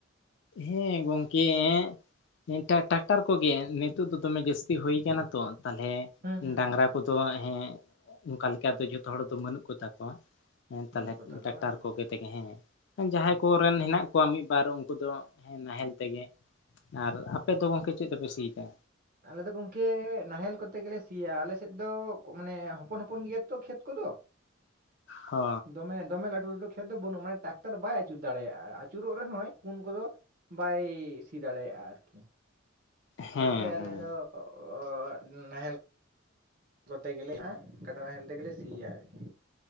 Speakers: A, on the left; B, on the right.
A: ᱦᱮᱸ ᱜᱚᱢᱠᱮ ᱦᱮᱸᱻ ᱴᱨᱟᱠᱴᱟᱨ ᱠᱚ ᱜᱮ ᱱᱤᱛᱚᱜ ᱫᱚ ᱫᱚᱢᱮ ᱡᱟᱹᱥᱛᱤ ᱦᱩᱭ ᱠᱟᱱᱟ ᱛᱚ ᱛᱟᱦᱚᱞᱮ
B: ᱦᱩᱸ ᱦᱩᱸ
A: ᱰᱟᱺᱝᱨᱟ
B: ᱦᱩᱸ ᱦᱩᱸ,
A: ᱠᱚ ᱫᱚ ᱦᱮᱸ ᱚᱸᱱᱠᱟ ᱞᱮᱠᱟ ᱫᱚ ᱡᱚᱛᱚ ᱦᱚᱲ ᱫᱚ ᱵᱟᱹᱱᱩᱜ ᱠᱚᱛᱟ ᱠᱚᱣᱟ ᱦᱮᱸ
B: ᱵᱟᱹᱱᱩᱜ
A: ᱛᱟᱦᱚᱞᱮ
B: ᱠᱚᱛᱟ ᱠᱚᱣᱟ
A: ᱴᱟᱠᱴᱟᱨ
B: ᱵᱟᱝ
A: ᱠᱚᱜᱮ
B: ᱦᱩᱸ,
A: ᱛᱮᱜᱮ ᱦᱮᱸ ᱡᱟᱦᱟᱸ
B: ᱴᱷᱤᱠ
A: ᱠᱚᱨᱮᱱ
B: ᱴᱷᱤᱠ ᱴᱷᱤᱠ
A: ᱦᱮᱱᱟᱜ ᱠᱚᱣᱟ ᱢᱤᱫ ᱵᱟᱨ ᱩᱱ ᱩᱱᱠᱩ ᱫᱚ ᱦᱮᱸ ᱱᱟᱦᱮᱞ ᱛᱮᱜᱮ ᱟᱨ
B: ᱦᱩᱸ
A: ᱟᱯᱮ ᱫᱚ ᱜᱚᱢᱠᱮ ᱪᱮᱫ ᱛᱮ ᱯᱮ ᱥᱤ ᱫᱟ
B: ᱟᱞᱮ ᱫᱚ ᱜᱚᱝᱠᱮ ᱱᱟᱦᱮᱞ ᱠᱚᱛᱮ ᱜᱮᱞᱮ ᱥᱤᱭᱟ ᱟᱞᱮ ᱥᱮᱫ ᱫᱚ ᱢᱟᱱᱮ ᱦᱚᱯᱚᱱ ᱦᱚᱯᱚᱱ ᱜᱮᱭᱟ ᱛᱚ ᱠᱷᱮᱛ ᱠᱚᱫᱚ
A: ᱦᱚ
B: ᱫᱚᱢᱮᱸ ᱫᱚᱢᱮ ᱞᱟᱹᱴᱩ ᱞᱟᱹᱴᱩ ᱠᱷᱮᱛ ᱫᱚ ᱵᱩᱱᱩᱜᱼᱟ ᱢᱟᱱᱮ ᱴᱨᱟᱠᱴᱟᱨ ᱵᱟᱭ ᱟᱪᱩᱨ ᱫᱟᱲᱮᱭᱟᱜᱼᱟ ᱟᱪᱩᱨᱚᱜ ᱨᱮᱦᱚᱸᱭ ᱠᱩᱱ ᱠᱚᱫᱚ ᱵᱟᱭ ᱥᱤ ᱫᱟᱲᱮᱭᱟᱜᱼᱟ ᱟᱨᱠᱤ
A: ᱦᱮᱸ
B: ᱛᱮ ᱟᱞᱮ
A: ᱦᱮᱸ
B: ᱫᱚ ᱳᱳ ᱱᱟᱦᱮᱞ ᱠᱚᱛᱮ ᱜᱮᱞᱮ ᱟᱸ ᱠᱟᱰᱟ ᱱᱟᱦᱮᱞ ᱛᱮ ᱜᱮᱞᱮ ᱥᱤᱭᱟ ᱟᱨᱠᱤ